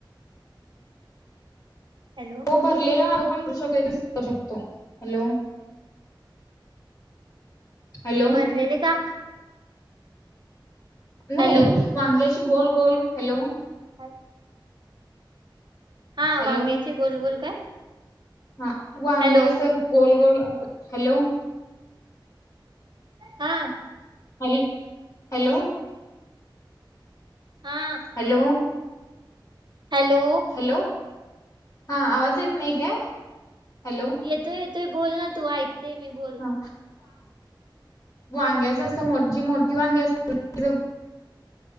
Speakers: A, on the right; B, on the left.
A: हॅलो
B: हो भरलेला वांग पण करु शक करू शकतो हॅलो हॅलो
A: भरलेले का?
B: नाही
A: हॅलो
B: वांग्याशी गोल गोल हॅलो
A: ह <unintelligible> हा
B: हॅलो
A: वांग्याची गोलगोल काय
B: हा वांगे
A: हॅलो
B: असं गोल गोल... हॅलो
A: हा
B: हॅल हॅलो
A: हा
B: हॅलो
A: हॅलो
B: हॅलो हा आवाज येत नाही काय? हॅलो
A: येतो य ते बोल ना तू ऐक ते मी बोल
B: हा वांग्याच अस जी मोठी वांग्या अस गोल